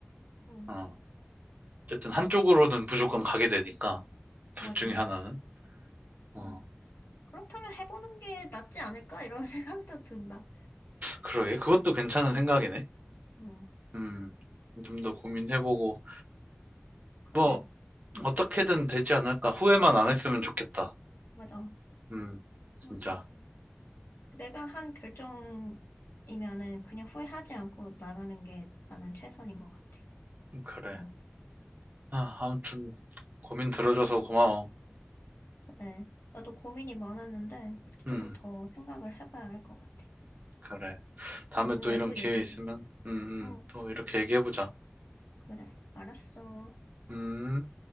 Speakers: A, on the left; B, on the right.
A: 어.
B: 어, 어쨌든 한쪽으로는 무조건 가게 되니까, 둘
A: 맞아.
B: 중에 하나는. 어,
A: 어. 그렇다면 해보는 게 낫지 않을까? 이런 <laughs> 생각도 든다.
B: 그러게, 그것도 괜찮은 생각이네.
A: 응,
B: 음, 좀 더 고민해보고,
A: 그래.
B: 뭐, 어떻게든 되지 않을까. 후회만 안 했으면 좋겠다.
A: 맞아.
B: 음, 진짜.
A: 맞아. 내가 한 결정이면은 그냥 후회하지 않고 나가는 게 나는 최선인 것 같아.
B: 음, 그래.
A: 어,
B: 아, 아무튼 고민 들어줘서 고마워.
A: 그래. 나도 고민이 많았는데
B: 음,
A: 조금 더 생각을 해봐야 할 것 같아.
B: 그래. 다음에
A: 나중에
B: 또 이런
A: 또
B: 기회
A: 얘기해보자.
B: 있으면, 음, 음,
A: 응,
B: 또 이렇게 얘기해보자.
A: 그래. 알았어.
B: 음.